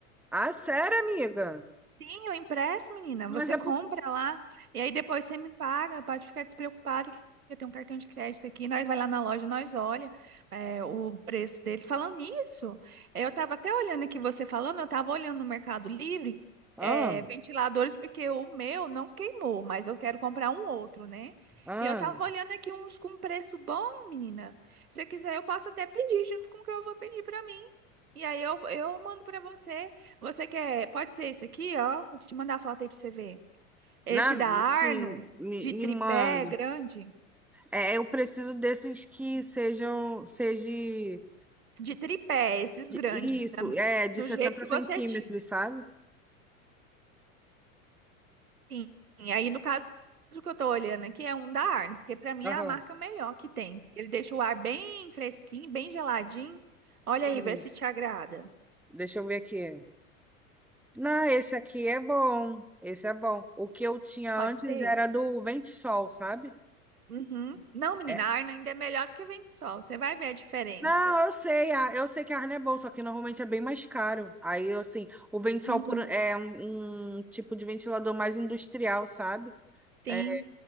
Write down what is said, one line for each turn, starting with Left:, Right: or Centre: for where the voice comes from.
Centre: Ah, sério, amiga?
Right: Sim, o impresso, menina.
Centre: Mas
Right: Você
Centre: é
Right: compra
Centre: por...
Right: lá e aí depois você me paga. Pode ficar despreocupada que eu tenho um cartão de crédito aqui. Nós vai lá na loja, nós olha é, o preço deles. Falando nisso, é, eu tava até olhando aqui você falando, eu tava olhando no Mercado Livre
Centre: Ah.
Right: é, ventiladores porque o meu não queimou, mas eu quero comprar um outro, né?
Centre: Ah,
Right: E eu tava olhando aqui uns com preço bom, menina. Se você quiser, eu posso até pedir junto com o que eu vou pedir pra mim. E aí eu, eu mando pra você. Você quer? Pode ser esse aqui, ó. Vou te mandar a foto aí pra você ver. Esse
Centre: na,
Right: da Arno,
Centre: sim, me,
Right: de tripé
Centre: me manda.
Right: grande.
Centre: É, eu preciso desses que sejam, seja de-
Right: De tripé, esses
Centre: de-
Right: grandes,
Centre: isso,
Right: da-
Centre: é de
Right: do
Centre: 60
Right: jeito que
Centre: centímetros,
Right: você tinha.
Centre: sabe?
Right: Sim. E aí, no caso, o que eu tô olhando aqui é um da Arno, porque pra mim
Centre: Aham.
Right: é a marca melhor que tem. Ele deixa o ar bem fresquinho, bem geladinho.
Centre: Sim.
Right: Olha aí, vê se te agrada.
Centre: Deixa eu ver aqui. Não, esse aqui é bom. Esse é bom. O que eu tinha
Right: Pode
Centre: antes
Right: ser?
Centre: era do vento sol sabe?
Right: Uhum. Não, menina,
Centre: É.
Right: a Arno ainda é melhor que o vento sol. Você vai ver a diferença.
Centre: Não, eu sei, a- eu sei que a Arne é boa, só que normalmente é bem mais caro. Aí, assim, o vento sol
Right: Uhum.
Centre: por, é um, um tipo de ventilador mais industrial, sabe?
Right: Sim,
Centre: É,